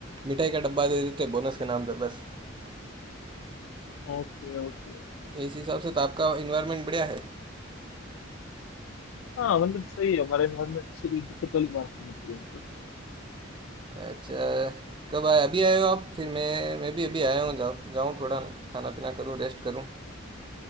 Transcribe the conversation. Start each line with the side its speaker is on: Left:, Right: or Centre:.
Right: मिठाई का डब्बा दे देते हैं बोनस के नाम पे बस
Left: Okay okay okay
Right: इस हिसाब से तो आपका इन्वायरमेंट बढ़िया है
Left: हाँ मतलब सही है हमारा एनवायरमेंट से कोई दिक्कत वाली बात नहीं होती है उनको
Right: अच्छा कब आए अभी आए हो आप फिर मैं मैं भी अभी आया हूँ जा, जाऊँ थोड़ा खाना पीना करूँ रेस्ट करूँ